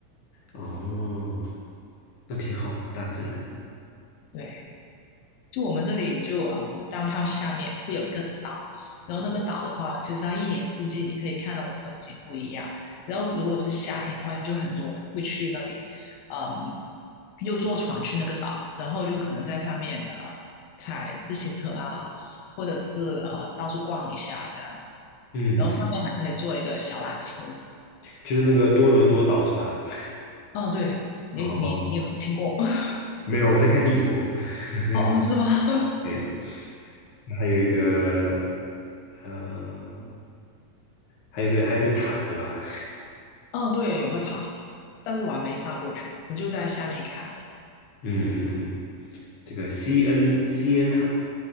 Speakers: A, on the left (about 45°); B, on the left (about 80°).
A: 哦，那挺好的，大自然。
B: 对，就我们这里就嗯，downtown 下面会有一个岛，然后那个岛的话，其实它一年四季你可以看到的风景不一样。然后如果是夏天的话，就很多人会去那里，嗯，又坐船去那个岛，然后就可能在上面啊踩自行车啊，或者是呃到处逛一下这样子。
A: 嗯，
B: 然后上面还可以坐一个小缆车。
A: 就是那个多伦多岛是吧？<laughs>
B: 哦，对，你你你有听过？
A: 哦，
B: <laughs>
A: 没有，我在看地图。<laughs>
B: 哦哦，是吗？
A: 对，还有一个，呃，还有一个，还有一个塔，对吧？
B: <laughs> 哦，对，有个塔，但是我还没上过去，我就在下面看而已。
A: <laughs> 嗯嗯嗯，这个 CN CN 塔